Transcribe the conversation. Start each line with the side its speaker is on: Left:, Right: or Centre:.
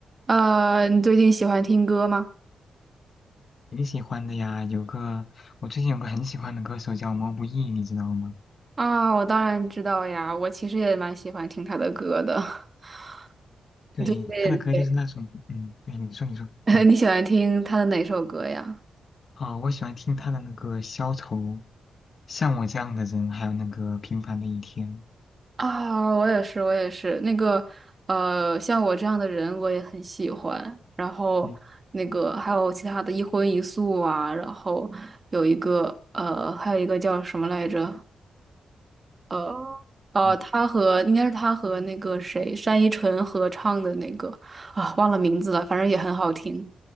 Right: 呃，你最近喜欢听歌吗？
Left: 挺喜欢的呀，有个我最近有个很喜欢的歌手叫毛不易，你知道吗？
Right: 啊，我当然知道呀，我其实也蛮喜欢听他的歌的。<laughs>
Left: 对，
Right: 你最近对
Left: 他的歌就是那种，嗯，对，你说你说，
Right: <laughs>
Left: 嗯，
Right: 你喜欢听他的哪首歌呀？
Left: 啊、我喜欢听他的那个《消愁》，像我这样的人，还有那个《平凡的一天》，
Right: 啊，我也是，我也是。那个，呃，像我这样的人，我也很喜欢。然后，
Left: 嗯
Right: 那个还有其他的一荤一素啊，然后有一个，呃，还有一个叫什么来着？呃呃，
Left: 嗯
Right: 他和应该是他和那个谁单依纯合唱的那个啊，忘了名字了，反正也很好听。